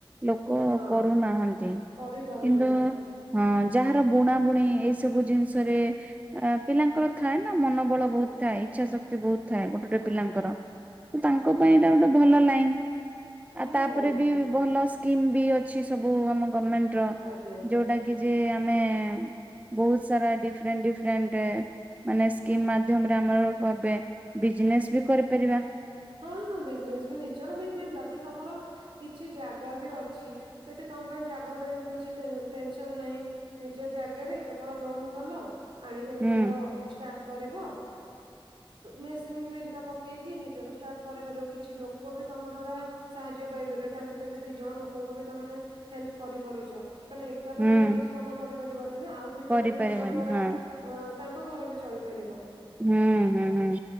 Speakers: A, on the right; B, on the right.
A: ଲୋ କ
B: ହଁ
A: କରୁନାହାନ୍ତି।
B: କରିପାରୁନାହାନ୍ତି
A: କିନ୍ତୁ ହଁ, ଯାହାର ବୁଣା ବୁଣି ଏଇ ସବୁ ଜିନିଷରେ ଅ ପିଲାଙ୍କର ଥାଏ ନା ମନ ବଳ ବହୁ
B: ଆଜ୍ଞା
A: ଥାଏ ଇଚ୍ଛା ଶକ୍ତି ବହୁତ ଥାଏ ଗୋଟେ ଗୋଟେ
B: ଆଜ୍ଞା
A: ପିଲଙ୍କର। ତ ତାଙ୍କ
B: ହଁ
A: ପାଇଁ ଏଇଟା ଗୋଟେ ଭଲ ଲାଇନ।
B: ଭଲ
A: ଆଉ ତାପରେ
B: ଲାଇନ ମ୍ୟାମ୍
A: ବି ଭଲ ସ୍କିମ ବି ଅଛି ସବୁ ଆମ ଗମେଣ୍ଟ ର
B: ଆଜ୍ଞା।
A: ଯୋଉଟା କି ଯେ ଆମେ ବହୁତ ସାରା ଡିଫରେଣ୍ଟ ଡିଫରେଣ୍ଟ ମାନେ ସ୍କିମ ମାଧ୍ୟମରେ ଆମର <unintelligible> ବିଜନେସ ବି କରିପାରିବା।
B: ହଁ ହଁ ବିଜନେସ ବି ନିଜର ବିଜନେସ ଯଦି ତମର କିଛି ଜାଗା ବି ଅଛି ସେଠି ତମ ପାଇଁ ଜାଗା ପାଇଁ ବି କିଛି ଟେନ ଟେନସନ ନାହିଁ। ନିଜ ଜାଗାରେ କେବଳ ଲୋନ କଲ ଆଣିକି ନିଜର
A: ହୁଁ
B: ଷ୍ଟାର୍ଟ କରିବ ମେସିନ୍ ହେରିକା ପକେଇକି ନିଜର ଷ୍ଟାର୍ଟ କରିପାରିବ କିଛି ଲୋକ ବି ତମ ଦ୍ଵାରା ସାହାଯ୍ୟ ପାଇପାରିବେ ତାଙ୍କୁ ଯଦି ଦି ଜଣ ଲୋକଙ୍କୁ ବି ତମେ ହେଲ୍ପ କରିପାରୁଚ ତାନେ ଏକା ତ
A: ହୁଁ
B: ତମେ କିଛି କାମ କରିପାରିବନି ନା। ଆଉ ଦି
A: କରିପାରିବନି
B: ଜଣ ବି ତମ ଦ୍ଵାରା
A: ହଁ
B: ଅ ତାଙ୍କ ଘର ବି ଚଳିପାରିବ।
A: ହୁଁ ହୁଁ ହୁଁ